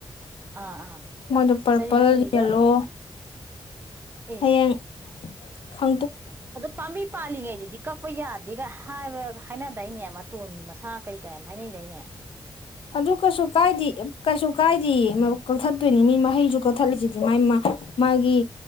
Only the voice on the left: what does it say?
ꯃꯣꯏꯗꯦ ꯄꯔꯄꯜ
ꯌꯦꯂꯣ
ꯍꯌꯦꯡ ꯈ
ꯑꯗꯨ ꯀꯩꯁꯨ ꯀꯥꯏꯗꯦ ꯀꯩꯁꯨ ꯀꯥꯏꯗꯦ ꯀꯛꯊꯠꯇꯣꯏꯅꯤ ꯃꯤ ꯃꯍꯩꯁꯨ ꯀꯛꯊꯠꯂꯤꯁꯤꯗꯤ ꯃꯥꯥꯏ ꯃꯥꯒꯤ